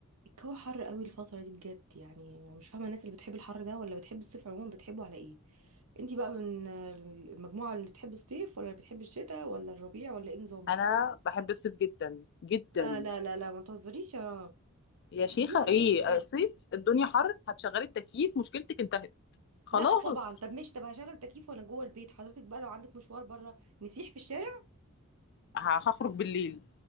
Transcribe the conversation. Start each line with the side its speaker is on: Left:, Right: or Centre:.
Right: الجو حر قوي الفترة دي بجد يعني انا مش فاهمة الناس اللي بتحب الحر ده ولا بتحب الصيف عموما بتحبه على ايه انتي بقى من المجموعة اللي بتحب الصيف ولا اللي بتحب الشتاء ولا الربيع ولا ايه نظام
Left: انا بحب الصيف جدا جدا
Right: لا لا لا لا ما تهزريش يا رنا
Left: يا
Right: بتحبيه
Left: شيخه
Right: على
Left: ايه
Right: ايه بجد
Left: آه، صيف الدنيا حر هتشغلي التكييف مشكلتك انتهت خلاص
Right: لا طبعا طب مش طب هشغل تكييف وانا جوه البيت حضرتك بقى لو عندك مشوار بره نسيح في الشارع
Left: ه- هخرج بالليل